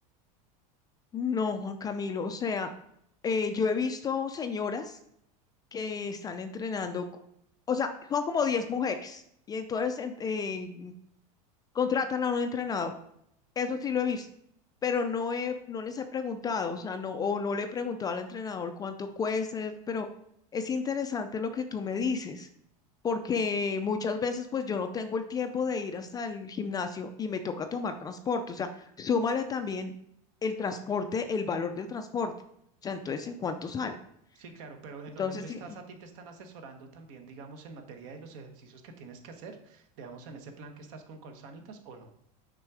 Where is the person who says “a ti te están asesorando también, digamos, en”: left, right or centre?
Right